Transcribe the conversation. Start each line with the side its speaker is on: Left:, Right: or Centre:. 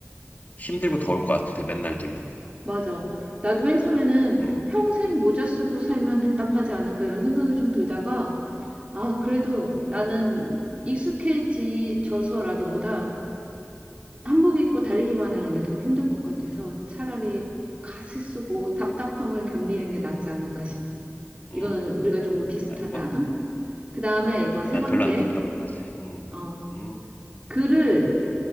Left: 힘들고 더울 것 같아 맨날 뛰면
Right: 맞아. 나도 맨 처음에는
Left: 음,
Right: 평생 모자 쓰고 살면 답답하지 않을까 이런 생각이 좀 들다가, 아, 그래도
Left: 음,
Right: 나는 익숙해지져서라기보다 한복 입고 달리기만 하는 게 더 힘들 것 같아서 차라리 갓을 쓰고 답답함을 견디는 게 낫지 않을까 싶어. 이거는
Left: 음.
Right: 우리가 조금 비슷하다.
Left: 아니 뭐, 음.
Right: 그 다음에
Left: 어,
Right: 이거 세
Left: 난
Right: 번째,
Left: 별로 안 답답할 것 같아 음,
Right: 어,
Left: 음,
Right: 글을